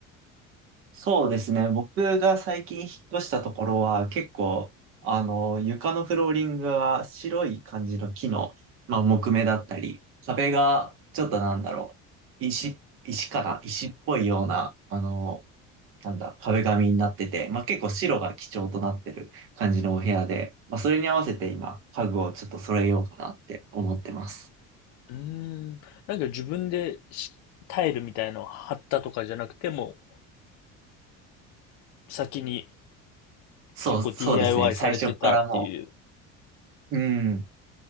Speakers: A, on the right; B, on the left.
A: そうですね。僕が最近引っ越したところは結構、あの、床のフローリングが白い感じの木の、まあ、木目だったり、壁がちょっとなんだろう、石、石かな石っぽいような、あの、なんだ、壁紙になってて、まあ、結構白が基調となってる感じのお部屋で、まあ、それに合わせて今、家具をちょっと揃えようかなって思ってます。
B: うーん、なんか自分でしタイルみたいのを貼ったとかじゃなくても、先に
A: そう、
B: 結構
A: そうですね。
B: DIY
A: 最初からも
B: されてたっていう。
A: う、うん。